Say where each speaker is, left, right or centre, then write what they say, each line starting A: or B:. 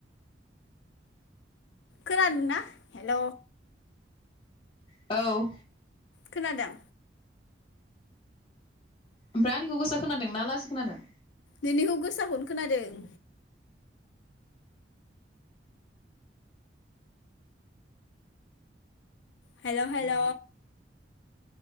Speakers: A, on the left (about 80°); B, on the left (about 30°).
A: खोनादोंना हेल'
B: औ
A: खोनादों
B: ओमफ्राय आंनिखौ गोसा खोनादों ना लासि खोनादों
A: नोंनिखौ गोसाखौनो खोनादों हेल' हेल'